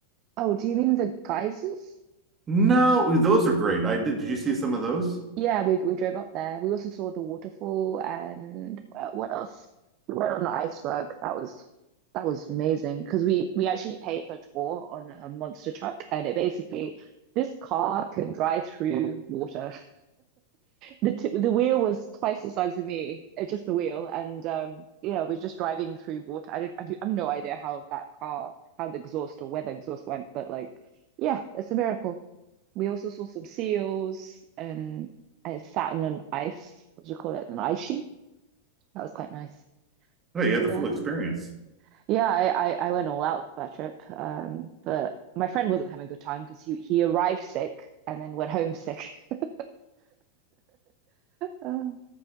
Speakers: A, on the right; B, on the right.
A: oh, do you mean the geysers?
B: No, those are great. I did. Did you see some of those?
A: Yeah, we we drove up there. We also saw the waterfall and what, what else? We went on the iceberg. That was that was amazing because we we actually paid for a tour on a monster truck, and it basically this car can drive through water. <laughs> The t the wheel was twice the size of me. It's just the wheel, and um, yeah, we're just driving through water. I don't, I do, I have no idea how that car, how the exhaust or where the exhaust went, but like, yeah, it's a miracle. We also saw some seals and I sat on an ice, what do you call it? An ice sheet. That was quite nice.
B: Oh, you
A: But
B: had the
A: yeah.
B: full experience.
A: Yeah, I, I, I went all out that trip. Um, but my friend wasn't having a good time because he he arrived sick and then went home sick. <laughs> Oh,